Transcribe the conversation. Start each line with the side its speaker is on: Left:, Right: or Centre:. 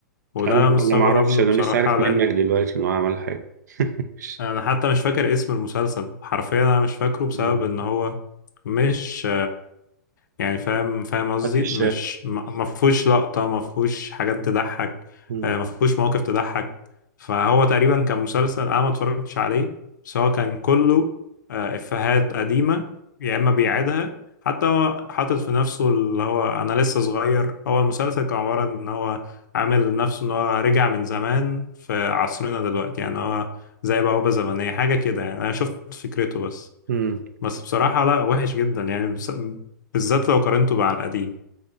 Left: وده
Right: انا
Left: انا مستغرب
Right: انا ما اعرفش
Left: له
Right: انا
Left: بصراحة
Right: لسه عارف
Left: لان
Right: منك دلوقتي انه عمل حاجة <laughs>
Left: انا حتى مش فاكر اسم المسلسل حرفيا انا مش فاكره بسبب
Right: مم.
Left: ان هو مش يعني فاهم فاهم قصدي
Right: محدش
Left: مش
Right: شاف
Left: ما ما فيهوش لقطة ما فيهوش حاجات تضحك
Right: مم.
Left: آه، ما فيهوش مواقف تضحك فهو تقريبا كان مسلسل انا ما اتفرجتش عليه بس هو كان كله آه، افيهات قديمة يا اما بيعيدها حتى هو حاطط في نفسه اللي هو انا لسه صغير هو المسلسل كان عبارة ان هو عامل نفسه ان هو رجع من زمان في عصرنا دلوقتي يعني هو زي بوابة زمنية حاجة كده يعني انا شفت فكرته بس
Right: مم.
Left: بس بصراحة لا وحش جدا يعني بس... بالذات لو قارنته مع القديم